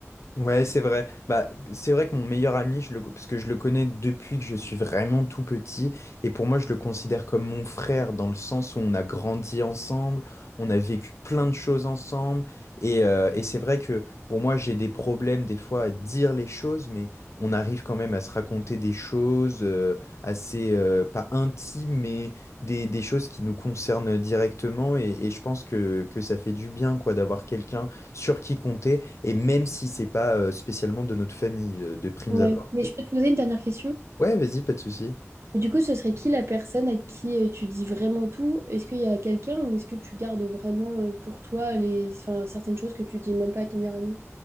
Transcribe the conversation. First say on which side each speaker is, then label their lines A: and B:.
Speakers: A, on the left (about 65°); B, on the right (about 55°).
A: Ouais, c'est vrai. Bah, c'est vrai que mon meilleur ami, je le, parce que je le connais depuis que je suis vraiment tout petit, et pour moi, je le considère comme mon frère dans le sens où on a grandi ensemble, on a vécu plein de choses ensemble, et, euh, et c'est vrai que, bon, moi, j'ai des problèmes des fois à dire les choses, mais on arrive quand même à se raconter des choses euh, assez, euh, pas intimes, mais des, des choses qui nous concernent directement, et, et je pense que, que ça fait du bien, quoi, d'avoir quelqu'un sur qui compter. Et même si c'est pas euh, spécialement de notre famille, euh, de primes
B: Ouais,
A: abord.
B: mais je peux te poser une dernière question.
A: Ouais, vas-y, pas de souci.
B: Et du coup, ce serait qui la personne à qui euh, tu dis vraiment tout? Est-ce qu'il y a quelqu'un ou est-ce que tu gardes vraiment euh, pour toi les... enfin, certaines choses que tu dis même pas à ton meilleur ami?